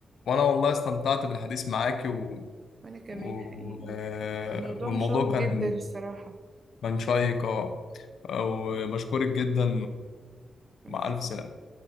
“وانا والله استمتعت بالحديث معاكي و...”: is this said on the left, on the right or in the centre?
Left